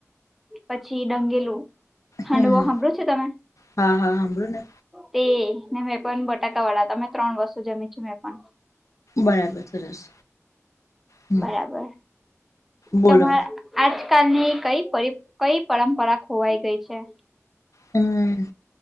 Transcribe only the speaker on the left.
હમ
હા હા સાંભળો ને
બરાબર સરસ. હમ
બોલો
હમ્મ